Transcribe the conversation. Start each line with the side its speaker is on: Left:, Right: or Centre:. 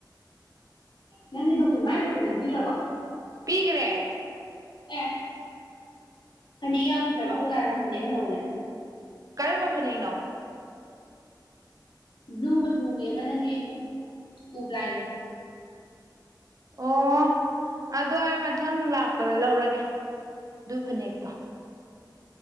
Left: ꯅꯪꯗꯤ ꯗꯣꯀ ꯥꯏ ꯗꯣꯀꯃꯦꯦꯟꯔꯕꯕꯥ
Right: ꯄꯤꯒ꯭ꯔꯦ
Left: ꯑꯦ ꯐꯅꯦꯛ ꯌꯥꯎꯔꯨꯗ꯭ꯔꯕ ꯑꯩꯈꯣꯏꯖꯥꯅ ꯅꯪ ꯐꯅꯦꯛ ꯌꯧꯅꯦ
Right: ꯀꯔꯃꯦ ꯐꯅꯅꯣ
Left: ꯕ꯭ꯂꯨꯒ ꯆꯨꯉ ꯑꯃ ꯅꯪꯒꯤ ꯇꯨꯕ꯭ꯂꯥꯏꯗ
Right: ꯑꯣ ꯑꯗꯣ ꯑꯩ ꯃꯊꯪ ꯂꯥꯛꯄꯗ ꯂꯧꯔꯒꯦ ꯑꯗꯨ ꯐꯅꯦꯛꯇꯣ